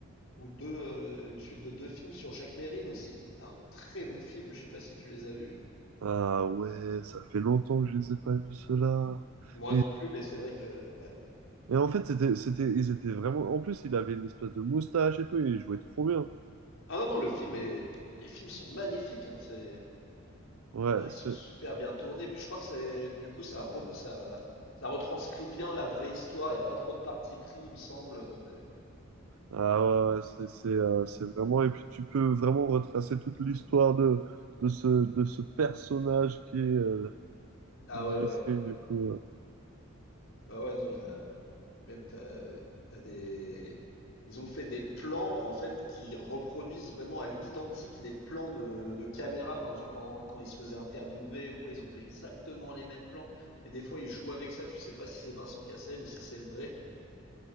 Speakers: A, on the left; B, on the right.
A: ou deux, euh, une suite de deux films sur Jacques Mérine aussi. Un très bon film. Je sais pas si tu les as vus.
B: Ah ouais, ça fait longtemps que je les ai pas vus ceux-là.
A: Moi
B: Mais
A: non plus, mais c'est vrai que ouais.
B: et en fait, c'était c'était ils étaient vraiment. En plus, il avait une espèce de moustache et tout, et il jouait trop bien.
A: Ah non, non, le film est... Les films sont magnifiques, hein, c'est...
B: Ouais,
A: Non, non, ils
B: c'est
A: sont super bien tournés. Puis je crois que c'est... Du coup, ça, re- ça... ça retranscrit bien la vraie histoire. Il n'y a pas trop de parti pris, il me semble. c'est-
B: ah ouais, ouais, ouais, c'est c'est euh, c'est vraiment. Et puis tu peux vraiment retracer toute l'histoire de de ce de ce personnage qui est euh,
A: Ah
B: mesquin
A: ouais, ouais.
B: du coup. euh.
A: Ah ouais, non, il a... Même t'as... t'as des... Ils ont fait des plans, en fait, qui reproduisent vraiment à l'identique les plans de, de caméra, par exemple, pendant quand ils se faisaient interviewer ou quoi, ils ont pris exactement les mêmes plans. Et des fois, ils jouent avec ça, tu sais pas si c'est Vincent Cassel ou si c'est le vrai.